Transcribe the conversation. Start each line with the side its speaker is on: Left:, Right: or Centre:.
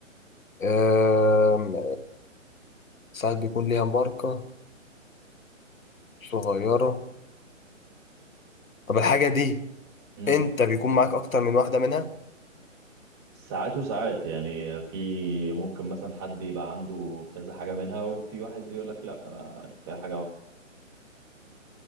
Left: أم... ساعات بيكون ليها ماركة صغيرة طب الحاجة دي
Right: امم
Left: أنت بيكون معاك أكتر من واحدة منها
Right: ساعات وساعات يعني في ممكن مثلا حد يبقى عنده كذا حاجة منها وفي واحد يقول لك لا أنا كفاية حاجة واحدة